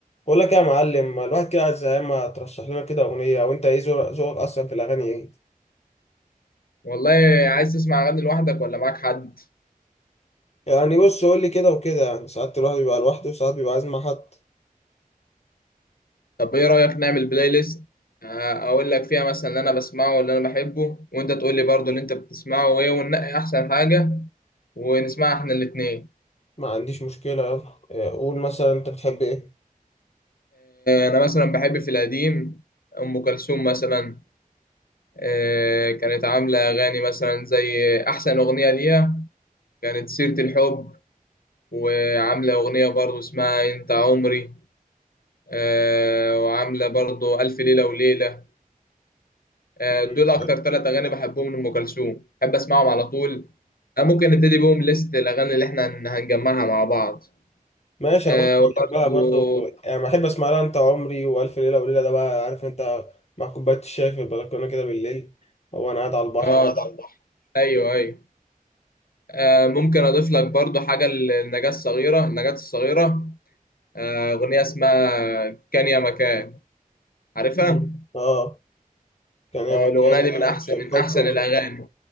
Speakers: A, on the left (about 45°); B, on the left (about 80°).
A: بقول لك إيه يا معلم ما الواحد كده عايز زهقان ما ترشح لنا كده اغنيه او انت ايه ذوق- ذوقك اصلا في الاغاني ايه
B: والله عايز تسمع اغاني لوحدك ولا معاك حد
A: يعني بص قول لي كده وكده يعني ساعات الواحد بيبقى لوحده وساعات بيبقى عايز مع حد
B: طب ايه رايك نعمل بلاي ليست آه، اقول لك فيها مثلا اللي انا بسمعه واللي انا بحبه وانت تقول لي برضو اللي انت بتسمعه وايه وننقي احسن حاجه ونسمعها احنا الاثنين
A: ما عنديش مشكله يلا إيه، قول مثلا انت بتحب ايه
B: انا مثلا بحب في القديم ام كلثوم مثلا آه، كانت عامله اغاني مثلا زي احسن اغنيه ليها كانت سيره الحب وعامله اغنيه برضو اسمها انت عمري آه، وعامله برضو الف ليله وليله آه،
A: مم،
B: دول اكتر
A: حلو.
B: ثلاث اغاني بحبهم لام كلثوم بحب اسمعهم على طول آه، ممكن نبتدي بيهم ليست الاغاني اللي احنا هن- هنجمعها مع بعض
A: ماشي
B: آه،
A: انا برضه
B: وبرضو
A: بحبها برضه
B: مع
A: يعني بحب اسمع لها انت عمري والف ليله وليله ده بقى عارف انت مع كوبايه الشاي في البلكونه كده بالليل هو انا قاعد على البحر
B: بعض اه على الله ايوه ايوه آه، ممكن اضيف لك برضو حاجه للنجاة الصغيره النجاة الصغيره آه، اغنيه اسمها كان يا مكان عارفها
A: مم. اه كان هي
B: آه،
A: مكان
B: الاغنيه دي من
A: مع
B: عارف
A: نفسه
B: احسن
A: الحب
B: من احسن الاغاني